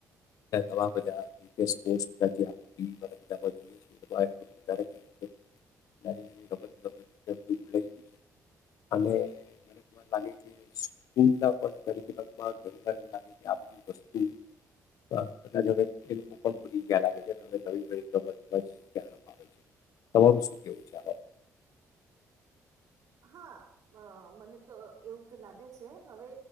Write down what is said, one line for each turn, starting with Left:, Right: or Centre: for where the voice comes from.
Left: નવા બધા રી સ્પોર્ટ્સ ટીવી પર જોયે છે. નાની નાની રમત ગમત બધું ભુલાઈ ગયું છે અને મને તો લાગે કે સ્કૂલના કરીકુલમ માં ઘણી વાર એવું લાગે કે આ બધું વસ્તુ કદાચ હવે એ લોકો પણ ભૂલી ગયા લાગે છે ને હવે નવી નવી રમતમાં જ ધ્યાન અપાવે છે. તમારું શું કહેવું છે આ બા
Right: હા મ મને તો એવું તો લાગે છે હવે